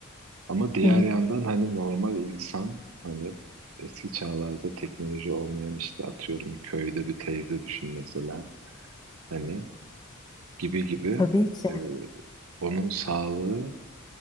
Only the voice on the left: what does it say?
Hı hı.
Tabii ki